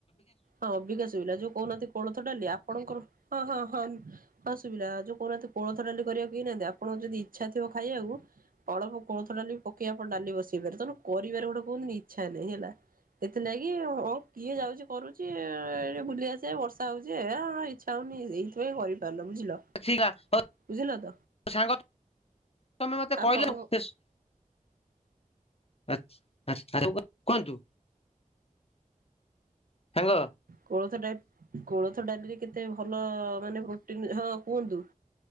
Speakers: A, on the right (about 80°); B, on the left (about 45°).
A: ହଁ ଅବିକା ଶୁଭିଲା ଯୋଉ କହୁନାହାନ୍ତି କୋଳଥ ଡାଲି ଆପଣଙ୍କର ହଁ ହଁ ହଁ। ହଁ ଶୁଭିଲା ଯୋଉ କହୁନାହାନ୍ତି କୋଳଥ ଡାଲି କରିବାକୁ କେହି ନାହାନ୍ତି ଆପଣ ଯଦି ଇଚ୍ଛା ଥିବ ଖାଇବାକୁ ଅଳପ କୋଳଥ ଡାଲି ପକେଇ ଆପଣ ଡାଲି ବସେଇ ପାର ତମେ କରିବାରେ ଗୋଟେ କୁହନ୍ତନି ଇଚ୍ଛା ନାଇଁ ହେଲା। ସେଥି ନାଗି ଓ କିଏ ଯାଉଛି କରୁଛି ଏଇଠି ବୁଲି ଆସିବା ବର୍ଷା ହଉଛି ଏ ହଁ ଇଛା ହୋଉ ନେଇ ଏଇଥିପାଇଁ କରିପାରୁନ ବୁଝିଲ।
B: <unintelligible>
A: ବୁଝିଲ ତ ଆପଣଙ୍କ
B: <unintelligible> କୁହନ୍ତୁ। ସାଙ୍ଗା
A: କେଲାଥ ଡା କୋଳଥ ଡାଲିରେ କେତେ ଭଲ ମାନେ ପ୍ରୋଟିନ ହଁ କୁହନ୍ତୁ।